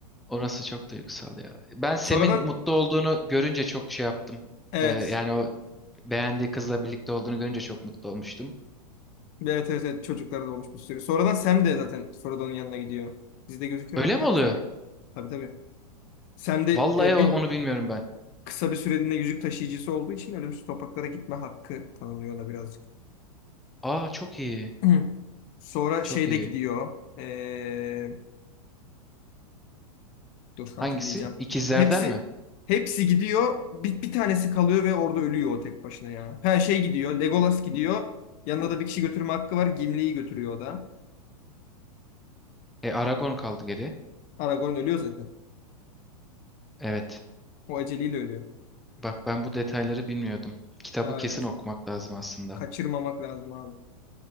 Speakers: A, in the centre; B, on the left.
A: Orası çok duygusal ya. Ben Sam'in
B: Sonradan
A: mutlu olduğunu görünce çok şey yaptım.
B: evet.
A: E, yani o beğendiği kızla birlikte olduğunu görünce çok mutlu olmuştum.
B: Evet evet evet çocuklara da olmuş bir sürü. Sonradan Sam de zaten Frodo'nun yanına gidiyor. Dizide gözüküyor
A: Öyle
B: mu bilmiyorum
A: mi oluyor?
B: filmde. Tabii tabii. Sam de
A: Vallahi
B: e,
A: o-
B: bir
A: onu bilmiyorum ben.
B: kısa bir süreliğine yüzük taşıyıcısı olduğu için ölümsüz topraklara gitme hakkı tanınıyor ona birazcık.
A: Aa çok iyi.
B: <clears throat> Sonra
A: Çok
B: şeyde
A: iyi.
B: gidiyor. E, dur hatırlayacağım.
A: Hangisi? İkizlerden
B: Hepsi
A: mi?
B: hepsi gidiyor. Bir, bir tanesi kalıyor ve orada ölüyor o tek başına ya. Her şey gidiyor. Legolas gidiyor. Yanına da bir kişi götürme hakkı var. Gimli'yi götürüyor o da.
A: E Aragorn kaldı geriye.
B: Aragorn ölüyor zaten.
A: Evet.
B: O aceliyle ölüyor.
A: Bak ben bu detayları bilmiyordum. Kitabı
B: Ha,
A: kesin
B: evet.
A: okumak lazım aslında.
B: Kaçırmamak lazım abi.